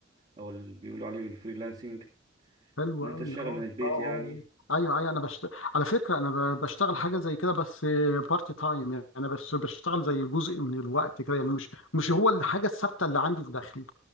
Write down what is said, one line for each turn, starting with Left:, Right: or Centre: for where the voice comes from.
Right: او اللي بيقولوا عليه بالفريلانسنج
Left: حلو
Right: ان انت
Left: قوي
Right: تشتغل
Left: اه
Right: من البيت
Left: اه اه
Right: يعني
Left: آه. ايوه ايوه انا بشت... على فكره انا ب- بشتغل حاجه زي كده بس بارت تايم يعني انا بس بشتغل زي جزء من الوقت كده يعني مش مش هو الحاجه الثابته اللي عندي في داخلي